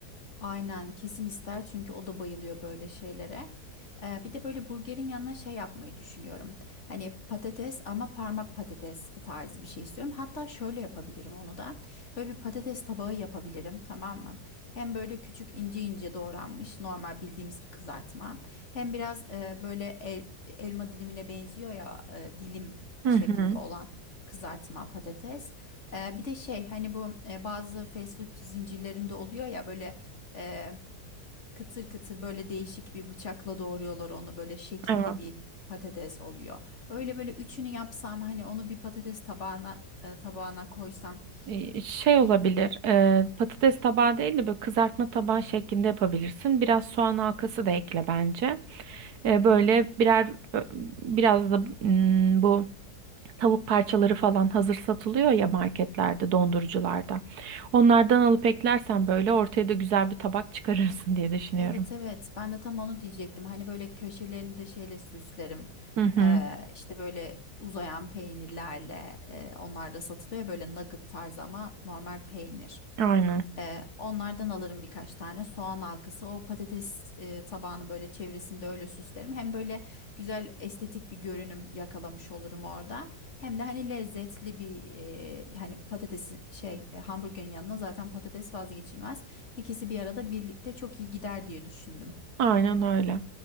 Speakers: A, on the left; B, on the right.
A: Aynen kesin ister çünkü o da bayılıyor böyle şeylere. Ee, bir de böyle burgerin yanına şey yapmayı düşünüyorum. Hani patates ama parmak patates tarzı bir şey istiyorum. Hatta şöyle yapabilirim onu da. Böyle bir patates tabağı yapabilirim tamam mı? Hem böyle küçük ince ince doğranmış normal bildiğimiz bir kızartma. Hem biraz e, böyle el- elma dilimine benziyor ya e, dilim
B: Hı
A: şeklinde olan kızartma patates. Ee, bir de şey hani bu e, bazı fast food zincirlerinde oluyor ya böyle ee, kıtır kıtır böyle değişik bir bıçakla doğruyorlar onu böyle şekilli
B: hı,
A: bir patates oluyor. Öyle böyle üçünü yapsam hani onu bir patates tabağına e, tabağına koysam.
B: E, Şey olabilir,
A: Üç,
B: e, patates tabağı değil de böyle kızartma tabağı şeklinde yapabilirsin. Biraz soğan halkası da ekle bence. E, böyle birer biraz da mm, bu tavuk parçaları falan hazır satılıyor ya marketlerde, dondurucularda. Onlardan alıp eklersen böyle ortaya da güzel bir tabak çıkarırsın diye düşünüyorum.
A: evet evet ben de tam onu diyecektim. Hani böyle köşelerini de şeyle süslerim.
B: Hı hı,
A: Ee, işte böyle uzayan peynirlerle e, onlar da satılıyor ya, böyle nugget tarzı ama normal peynir.
B: aynen.
A: Ee, onlardan alırım birkaç tane soğan halkası. O patates e, tabağını böyle çevresinde öyle süslerim. Hem böyle güzel estetik bir görünüm yakalamış olurum orada. Hem de hani lezzetli bir e, hani patatesin şey e, hamburgerin yanına zaten patates vazgeçilmez. İkisi bir arada birlikte çok iyi gider diye düşündüm.
B: Aynen öyle.